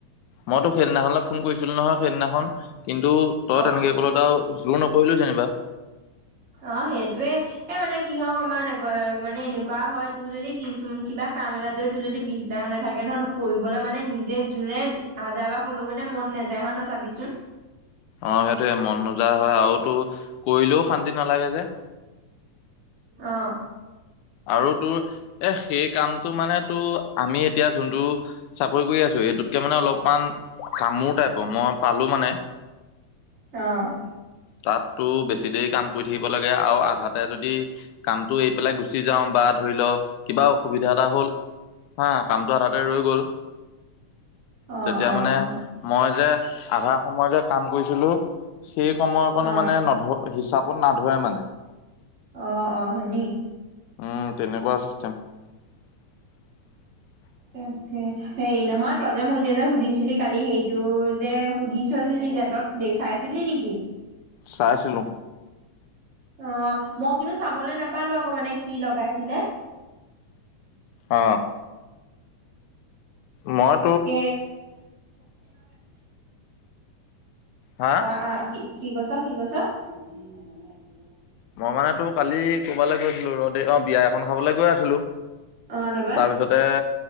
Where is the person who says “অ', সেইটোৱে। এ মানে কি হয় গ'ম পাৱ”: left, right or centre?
Right